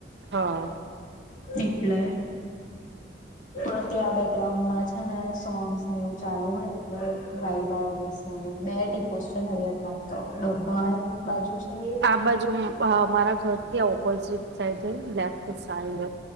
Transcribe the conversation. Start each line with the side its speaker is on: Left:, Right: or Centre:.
Right: હા.
Left: એટલે પણ ત્યાં બેકગ્રાઉન્ડમાં છે ને સોંગ્સને એવું ચાલુ હોય ને એટલે <unintelligible> બે ટીપોસ છે નડિયાદ માં તો ડાભાણ બાજુ છે એક
Right: આ બાજુમાં મારા ઘર થી ઓપોઝિટ સાઈડ જઈ લેફ્ટ સાઈડ,